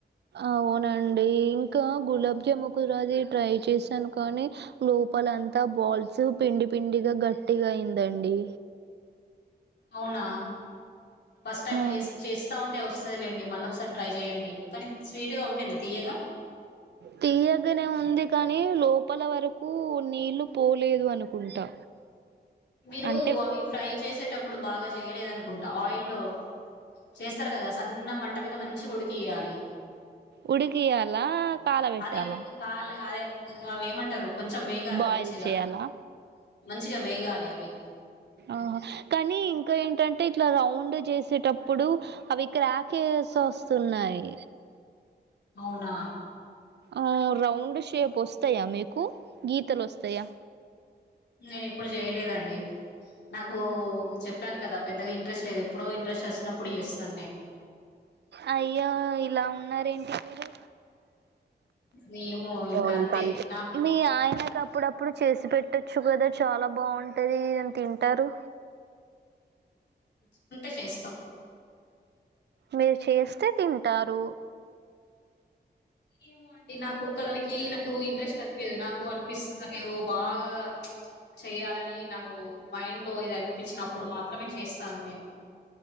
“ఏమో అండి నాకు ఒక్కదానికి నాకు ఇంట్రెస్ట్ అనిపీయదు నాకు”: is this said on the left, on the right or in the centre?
Left